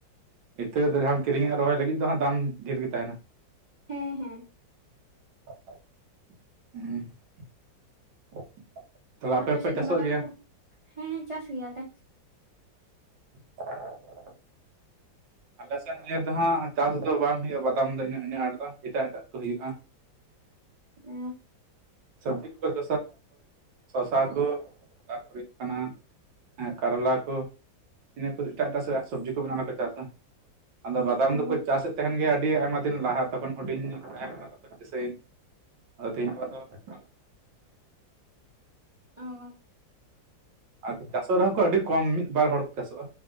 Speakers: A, on the right; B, on the right.
A: ᱤᱛᱟᱹ ᱫᱚ ᱡᱟᱦᱟᱸᱢ ᱠᱤᱨᱤᱧᱮᱜᱼᱟ ᱨᱚᱦᱚᱭ ᱞᱟᱹᱜᱤᱫ ᱫᱚ ᱦᱟᱸᱜ ᱫᱟᱢ ᱰᱷᱮᱨ ᱜᱮ ᱛᱟᱦᱮᱱᱟ
B: ᱦᱮᱸ ᱦᱮᱸ
A: <unintelligible>
B: ᱟᱯᱮ
A: ᱯᱮ
B: ᱥᱮᱫ
A: ᱪᱟᱥᱚᱜ
B: ᱫᱚ ᱵᱟᱫᱟᱢ
A: ᱜᱮᱭᱟ
B: ᱠᱚ ᱦᱮᱸ ᱪᱟᱥ ᱜᱮᱭᱟᱞᱮ
A: <inaudible> ᱟᱞᱮ ᱥᱮᱫ ᱱᱤᱭᱟᱹ ᱫᱚ ᱦᱟᱸᱜ ᱪᱟᱥ ᱫᱚ ᱵᱟᱝ ᱦᱩᱭᱩᱜᱼᱟ ᱵᱟᱫᱟᱢ ᱫᱚ ᱤᱱᱟᱹᱜ ᱤᱱᱟᱹᱜ ᱟᱸᱴ ᱫᱚ ᱮᱴᱟᱜ ᱮᱴᱟᱜ ᱠᱚ ᱦᱩᱭᱩᱜᱼᱟ
B: ᱦᱮᱸ
A: ᱥᱚᱵᱡᱤ ᱠᱚ <unintelligible> ᱥᱚᱥᱟ ᱠᱚ ᱛᱟᱯᱚᱨ ᱦᱩᱭᱩᱜ ᱠᱟᱱᱟ ᱠᱟᱨᱞᱟ ᱠᱚᱼᱼ ᱤᱱᱟᱹ ᱠᱚ ᱮᱴᱟᱜ ᱮᱴᱟᱜ ᱥᱚᱵᱽᱡᱤ ᱠᱚ ᱵᱮᱱᱟ ᱚᱱᱟ ᱠᱚ ᱪᱟᱥᱟ ᱟᱫᱚ ᱵᱟᱫᱟᱢ
B: ᱚ
A: ᱫᱚᱠᱚ ᱪᱟᱥᱮᱫ ᱛᱟᱦᱮᱱ ᱜᱮᱭᱟ ᱟᱹᱰᱤ ᱟᱭᱢᱟ ᱫᱤᱱ ᱞᱟᱦᱟᱼᱼ ᱛᱚᱠᱷᱚᱱ ᱦᱩᱰᱤᱧ ᱛᱟᱦᱮᱸ ᱠᱟᱱᱟ ᱛᱚᱠᱷᱚᱱ ᱫᱤᱥᱟᱹᱭ ᱤᱧ ᱟᱫᱚ ᱛᱮᱦᱤᱧ ᱜᱟᱯᱟ ᱫᱚ
B: ᱚᱻ
A: ᱟᱨ ᱪᱟᱥᱚᱜ ᱨᱮᱦᱚᱸ ᱠᱚ ᱟᱹᱰᱤ ᱠᱚᱢ ᱢᱤᱫ ᱵᱟᱨ ᱦᱚᱲ ᱠᱚ ᱪᱟᱥᱚᱜᱼᱟ